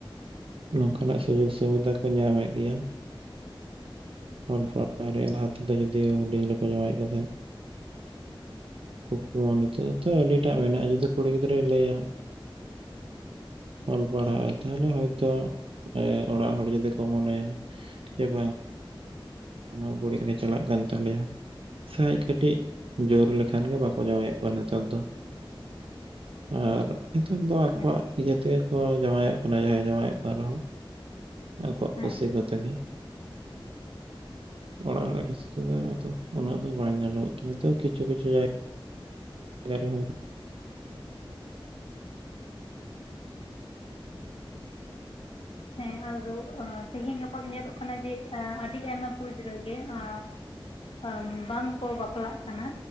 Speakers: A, on the right (about 80°); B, on the left (about 80°).
A: ᱱᱚᱝᱠᱟᱱᱟᱜ ᱥᱩᱡᱳᱜᱽ ᱥᱩᱵᱤᱫᱷᱟ ᱠᱚ ᱧᱟᱢᱮᱫ ᱜᱮᱭᱟ, ᱚᱞ <inaudible> ᱨᱮ ᱞᱟᱦᱟ ᱛᱮ ᱡᱩᱫᱤ‌ᱳ ᱦᱩᱰᱤᱧ ᱨᱮᱠᱚ ᱡᱟᱶᱟᱭᱮᱫ ᱠᱚ ᱛᱟᱦᱮᱸᱫ ᱠᱩᱠᱢᱩ ᱱᱤᱛᱚᱜ ᱛᱚ ᱟᱹᱰᱤᱴᱟᱜ ᱢᱮᱱᱟᱜᱼᱟ ᱡᱩᱫᱤ ᱠᱩᱲᱤ ᱜᱤᱫᱽᱨᱟᱹᱭ ᱞᱟᱹᱭᱟ, ᱚᱞ ᱯᱟᱲᱦᱟᱜᱼᱟᱭ ᱛᱟᱦᱚᱞᱮ ᱦᱚᱭᱛᱚ ᱚᱲᱟᱜ ᱦᱚᱲ ᱡᱩᱫᱤ ᱠᱚ ᱢᱚᱱᱮᱭᱟ ᱡᱮ ᱵᱟᱝ <unintelligible> <inaudible> ᱪᱟᱞᱟᱜ ᱠᱟᱱ ᱛᱟᱞᱮᱭᱟ, ᱥᱮᱡ ᱠᱟᱹᱴᱤᱡ ᱡᱳᱨ ᱞᱮᱠᱷᱟᱱ ᱜᱮ ᱵᱟᱠᱚ ᱡᱟᱶᱟᱭᱮᱫ ᱠᱚᱣᱟ ᱱᱮᱛᱟᱨ ᱫᱚ᱾ ᱟᱨ ᱱᱮᱛᱟᱨ ᱫᱚ ᱟᱠᱚᱣᱟᱜ
B: ᱦᱮᱸ
A: ᱤᱭᱟᱹ ᱛᱮᱜᱮ ᱠᱚ ᱡᱟᱶᱟᱭᱮᱫ ᱠᱟᱱᱟ ᱡᱟᱦᱟᱸᱭ ᱡᱟᱶᱟᱭ ᱚᱜ ᱠᱟᱱ ᱨᱮᱦᱚᱸ ᱟᱠᱚᱣᱟᱜ
B: ᱦᱮᱸ
A: ᱠᱩᱥᱤ ᱠᱚᱛᱮ ᱜᱮ, ᱚᱲᱟᱜ ᱦᱚᱲᱟᱜ ᱠᱩᱥᱤ ᱛᱮᱫᱚ ᱟᱫᱚ ᱩᱱᱟᱹᱜ ᱫᱚ ᱵᱟᱝ ᱧᱮᱞᱚᱜᱚᱜ ᱠᱟᱱᱟ ᱛᱚ ᱠᱤᱪᱷᱩ ᱠᱤᱪᱷᱩ ᱡᱟᱭ ᱭᱟ ᱨᱮᱦᱚᱸ᱾
B: ᱦᱮᱸ ᱟᱫᱚ ᱚ ᱛᱤᱦᱤᱧ ᱜᱟᱯᱟ ᱧᱮᱞᱚᱜ ᱠᱟᱱᱟ ᱡᱮ ᱟᱸ ᱟᱹᱰᱤ ᱟᱭᱢᱟ ᱠᱩᱲᱤ ᱜᱤᱫᱽᱨᱟᱹ ᱜᱮ ᱟᱻ, ᱟᱨ ᱵᱟᱝᱠᱚ ᱵᱟᱯᱞᱟᱜ ᱠᱟᱱᱟ᱾